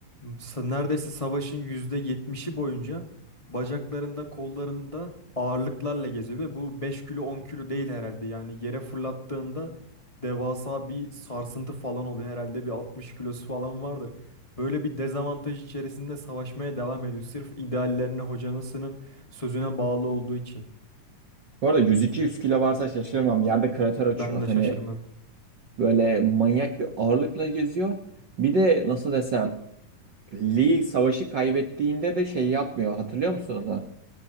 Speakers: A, on the left; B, on the right.
A: sa- neredeyse savaşın yüzde yetmişi boyunca bacaklarında, kollarında ağırlıklarla geziyor ve bu 5 kilo 10 kilo değil herhalde. Yani yere fırlattığında devasa bir sarsıntı falan oluyor. Herhalde bir 60 kilosu falan vardır. Böyle bir dezavantaj içerisinde savaşmaya devam ediyor. Sırf ideallerine, hocanısının sözüne bağlı olduğu için.
B: Bu arada 100-200 kilo varsa şaşırmam. Yerde krater açıyor.
A: Ben
B: Hani
A: de şaşırmam.
B: böyle manyak bir ağırlıkla geziyor. Bir de nasıl desem Lee savaşı kaybettiğinde de şey yapmıyor. Hatırlıyor musun onu?